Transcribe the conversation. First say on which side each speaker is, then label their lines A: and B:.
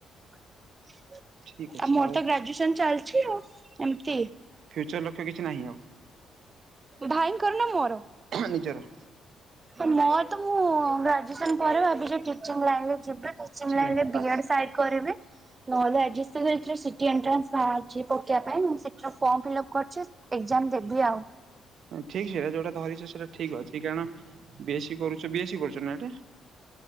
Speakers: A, on the right (about 30°); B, on the right (about 65°).
A: ଆଉ
B: ଠିକ୍ ଅଛି
A: ମୋର
B: ଆଉ
A: ତ ଗ୍ରାଜୁଏସନ ଚାଲିଛି ଏମିତି।
B: ଫ୍ୟୁଚର ଲକ୍ଷ୍ୟ କିଛି ନାହିଁ ଆଉ?
A: ଭାଇଙ୍କର ନା ମୋର?
B: ନିଜର।
A: ମର ତ ମୁଁ ଗ୍ରାଜୁଏସନ ପରେ ଭାବିଛି ଟିଚିଂ ଲାଇନରେ ଯିବେ ଟିଚିଂ ଲାଇନ
B: ଲାଇନ୍
A: ରେ
B: ବାସ୍।
A: ବିଏଡ ସାଇଡ କରିବେ ନହେଲେ ସି ଟି ଏଣ୍ଟ୍ରାନ୍ସ ବାହାରି ପକେଇ ପାଇଁ ମୁଁ ଯ ଫର୍ମ ଫିଲଅପ୍ କରଛି, ଏଜାମ ଦେବି ଆଉ।
B: ଠିକ ସେଇଟା ଯୋଉଟା ଧରିଛ ସେଇଟା ଠିକ ଅଛି, କାରଣ ବେଶୀ କରୁଛ ନା ଏଇଟା,